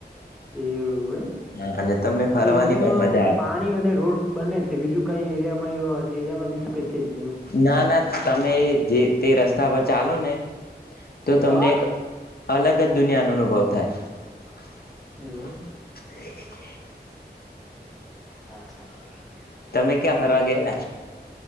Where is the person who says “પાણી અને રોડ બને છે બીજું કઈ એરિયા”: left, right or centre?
Centre